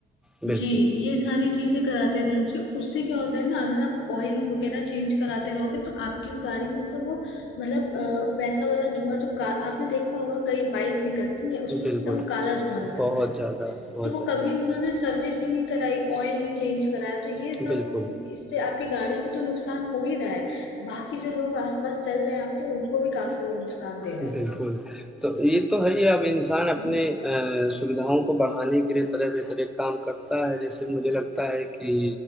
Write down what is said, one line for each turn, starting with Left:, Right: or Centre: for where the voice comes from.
Centre: बिल्कुल
Left: जी ये सारी चीजें कराते रहना चाहिए उससे क्या होता है ना अगर आप ऑयल वगैरह चेंज कराते रहोगे तो आपकी गाड़ी में से वो मतलब अ, वैसा वाला धुआं जो का आपने देखा होगा कई बाइक निकलती है उसमें
Centre: बिल्कुल
Left: से एकदम काला धुआं निकलता
Centre: बहुत
Left: है
Centre: ज़्यादा बहुत
Left: तो वो
Centre: ज़्यादा
Left: कभी उन्होंने सर्विस ही नहीं कराई ऑयल नहीं चेंज कराया तो ये सब
Centre: बिल्कुल
Left: इससे आपकी गाड़ी पे तो नुकसान हो ही रहा है बाकी जो लोग आसपास चल रहे हैं आपके उनको भी काफी वो नुकसान दे रहा
Centre: बिल्कुल,
Left: है
Centre: तो ये तो है ही अब इंसान अपने
Left: हम्म
Centre: अ, सुविधाओं को बढ़ाने के लिए तरह-तरह काम करता है, जैसे मुझे लगता है कि